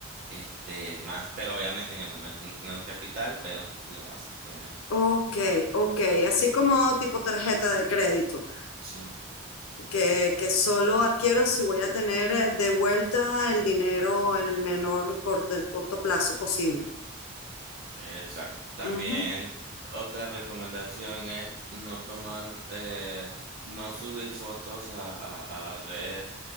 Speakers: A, on the right (about 45°); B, on the left (about 80°).
A: este más, pero obviamente en el momento no tiene el capital, pero lo vas a obtener.
B: ok, ok. Así como tipo tarjeta de crédito,
A: Sí,
B: que, que solo adquiero si voy a tener eh, de vuelta el dinero en el menor cor- del corto plazo posible.
A: exacto. También
B: Ujú,
A: otra recomendación es no tomar, eh, no subir fotos a, a- a redes